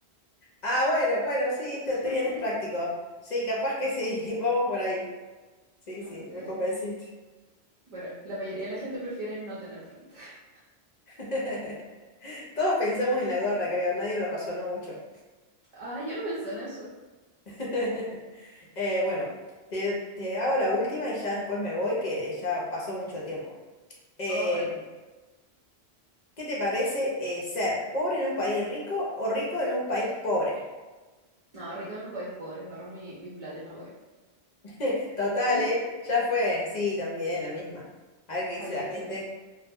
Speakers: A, on the left; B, on the right.
A: Ah, bueno, bueno, sí, te,
B: <laughs>
A: te vienes práctico. Sí, capaz que sí, <laughs> vamos por ahí. Sí,
B: A
A: sí,
B: ver.
A: me convenciste.
B: Bueno, la mayoría de la gente prefiere no tener frente. <laughs>
A: <laughs> Todos pensamos en la gorra, creo, nadie lo razonó mucho.
B: Ah, yo no pensé en eso.
A: <laughs> Eh, bueno, te, te hago la última y ya después me voy, que ya pasó mucho tiempo. Em,
B: Oh, vale.
A: ¿qué te parece eh, ser pobre en un país rico o rico en un país pobre?
B: No, rico en un país pobre. Agarro mi, mi plata y me voy.
A: <laughs> Total,
B: ¿Tú?
A: ¿eh? Ya fue, sí, también la misma. A ver qué dice
B: Adiós,
A: la gente.
B: Chile.